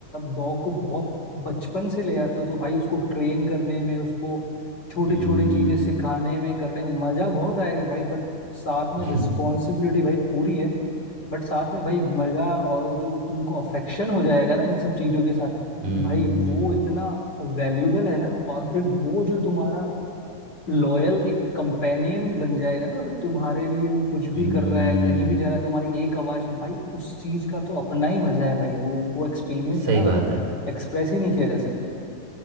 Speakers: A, on the left; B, on the right.
A: डॉग को बहुत बचपन से ले आते हो तो भाई उसको ट्रेन करने में उसको छोटी
B: हम्म
A: छोटी चीजें सिखाने
B: हम्म
A: में करने में मजा बहुत आएगा भाई बट साथ में
B: <laughs>
A: रिस्पॉन्सिबिलिटी भाई पूरी है बट साथ में भाई मजा और जो तुमको अफेक्शन हो जाएगा ना इन सब चीजों के साथ
B: हम्म,
A: भाई वो इतना वैल्यूबल है ना और फिर वो जो तुम्हारा लॉयल एक कंपेनियन बन जाएगा ना मतलब तुम्हारे लिए वो कुछ
B: हम्म,
A: भी कर
B: हम्म,
A: रहा है कहीं भी जा रहा है तुम्हारी एक आवाज पे भाई उस चीज का तो अपना ही मजा है भाई वो वो एक्सपीरियंस
B: सही
A: है ना मतलब
B: बात है
A: एक्सप्रेस ही नहीं किया जा सकता